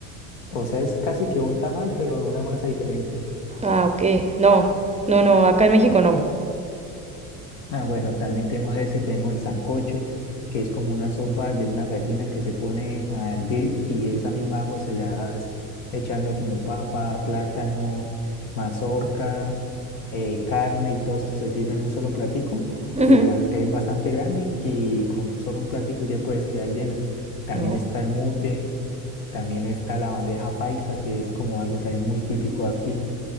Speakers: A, on the left; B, on the right.
A: O sea, es casi que un tamal, pero una masa diferente.
B: Ah, ok. No, no, no, acá en México no.
A: Ah, bueno, también tenemos ese, tenemos el sancocho, que es como una sopa de una gallina que se pone a hervir y esa misma agua se le va echando como papa, plátano, mazorca, eh, carne y todo esto se sirve en un solo platico,
B: Ujú.
A: que ba- es bastante grande y, y con solo un platico ya puedes quedar llena. También
B: No,
A: está el mute, también está la bandeja paisa, que es como algo también muy típico aquí